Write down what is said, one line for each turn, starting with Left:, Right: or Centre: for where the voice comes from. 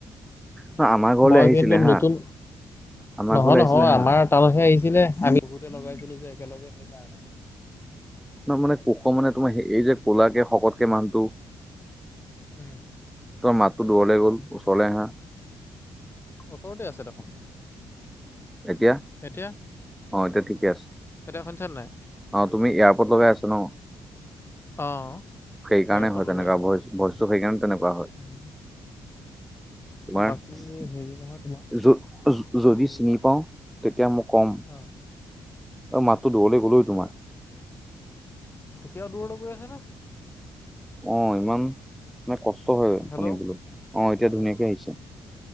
Centre: ন আমাৰ ঘৰলৈ
Left: মই
Centre: আহিছিলে
Left: কিন্তু
Centre: হা
Left: নতুন
Centre: আমাৰ
Left: নহয়
Centre: ঘৰলৈ
Left: নহয়
Centre: আহিছিলে হা
Left: আমাৰ তাপা হে আহিছিলে আমি বহুতে লগাইছিলো যে একেলগে সেইকাৰণে
Centre: মানে কোশ মানে তোমাৰ এই যে ক'লা কে শকতকে মানুহটো
Left: উম',।
Centre: ত মাতটো দূৰলে গ'ল ওচৰলে আহা।
Left: ওচৰতে আছে দেখোন।
Centre: এতিয়া
Left: এতিয়া
Centre: অঁ' এতিয়া ঠিকে আছে।
Left: এতিয়া শুনিছা নাই?
Centre: অ' তুমি এয়াৰপৰ্ট লগাই আছা ন'?
Left: অ',
Centre: সেইকাৰণে
Left: এয়াৰপৰ্ট
Centre: হয়
Left: লগাই
Centre: তেনেকুৱাই
Left: আছো।
Centre: ভইচটো সেইকাৰণে তেনেকুৱা হয়।
Left: উম,
Centre: তোমাৰ
Left: বাকী হেৰি নহয় তোমাৰ
Centre: য যদি
Left: এই
Centre: চিনি পাওঁ তেতিয়া মই কম।
Left: অ',
Centre: অ' মাতটো দূৰলে গ'ল অই তোমাৰ।
Left: এতিয়াওঁ দূৰলে গৈ আছে নে'।
Centre: অ' ইমান মানে কষ্ট হয়
Left: হেল্ল'
Centre: শুনিবলৈ অ এতিয়া ধুনীয়াকে আহিছে।